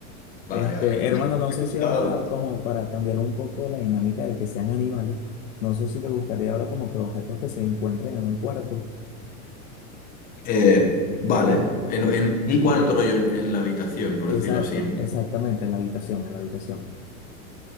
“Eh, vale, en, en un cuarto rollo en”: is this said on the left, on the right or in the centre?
Left